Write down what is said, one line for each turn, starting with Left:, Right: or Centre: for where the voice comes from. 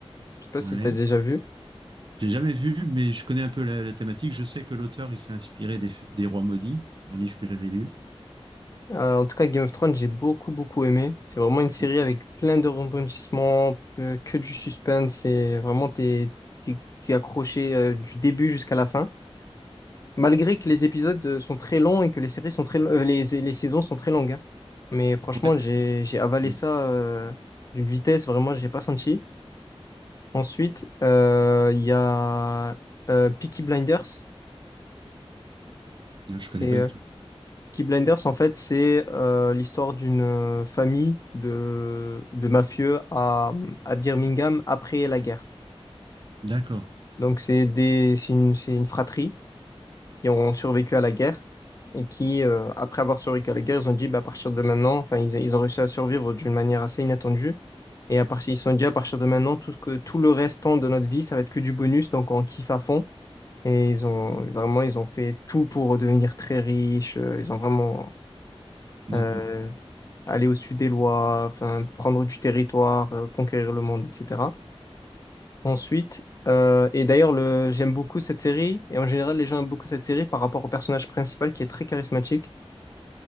Left: Je sais pas si
Right: Ouais.
Left: tu as déjà vu.
Right: J'ai jamais vu, mais je connais un peu la, la thématique. Je sais que l'auteur, il s'est inspiré des, des Rois maudits. C'est un livre que j'avais lu.
Left: Euh, en tout cas, Game of Thrones, j'ai beaucoup, beaucoup aimé. C'est vraiment une série
Right: Ouais,
Left: avec plein de rebondissements, que, que du suspense. C'est vraiment, t'es, t'es, t'es accroché euh, du début jusqu'à la fin. Malgré que les épisodes euh, sont très longs et que les séries sont très, lo- euh, les, les saisons sont très longues. hein. Mais franchement,
Right: ouais,
Left: j'ai,
Right: mais c'est-
Left: j'ai avalé
Right: Hmm.
Left: ça euh, d'une vitesse, vraiment, j'ai pas senti. Ensuite, euh, il y a euh, Peaky Blinders.
Right: Non, je connais
Left: Et
Right: pas
Left: euh,
Right: du tout.
Left: Peaky Blinders, en fait, c'est euh, l'histoire d'une euh, famille de, de mafieux à, à Birmingham après la guerre.
Right: D'accord,
Left: Donc, c'est des, c'est une, c'est une fratrie qui ont survécu à la guerre et qui, euh, après avoir survécu à la guerre, ils ont dit, bah, à partir de maintenant, enfin, ils, ils ont réussi à survivre d'une manière assez inattendue. Et à partir, ils se sont dit, à partir de maintenant, tout ce que, tout le restant de notre vie, ça va être que du bonus, donc on kiffe à fond. Et ils ont vraiment, ils ont fait tout pour devenir très riches. euh, Ils ont vraiment
Right: d'accord.
Left: euh, aller au sud des lois, enfin, prendre du territoire, euh, conquérir le monde, etc. Ensuite, euh, et d'ailleurs, le, j'aime beaucoup cette série, et en général, les gens aiment beaucoup cette série par rapport au personnage principal qui est très charismatique.